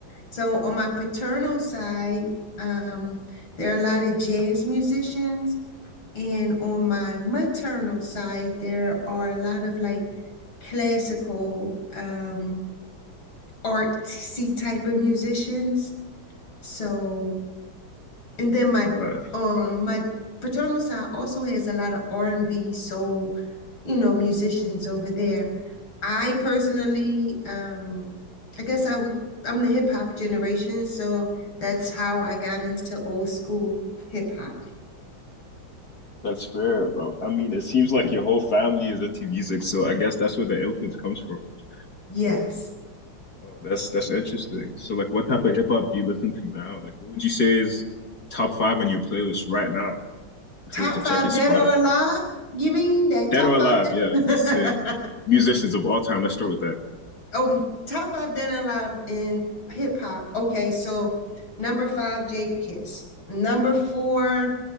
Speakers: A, on the left (about 85°); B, on the left (about 50°).
A: So on my paternal side, um, there are a lot of jazz musicians, and on my maternal side, there are a lot of like classical um, artsy type of musicians. So And then my
B: Wow,
A: um my paternal side also has a lot of R and B soul, you know, musicians over there. I personally, um, I guess I would I'm the hip hop generation, so that's how I got into old school hip hop.
B: that's fair, bro. I mean, it seems like your whole family is into music, so I guess that's where the influence comes from.
A: Yes.
B: Oh, oh, that's that's interesting. So, like, what type of hip hop do you listen to now? Like, what would you say is top five on your playlist right now if
A: Top
B: we were to check
A: five
B: your Spotify?
A: dead or alive? You mean that
B: Dead
A: top
B: or alive,
A: five dead?
B: yeah. Let's say
A: <laughs>
B: Musicians of all time. Let's start with that.
A: Oh, top five dead and alive in hip hop. Okay, so number five, Jada Kiss. Number four,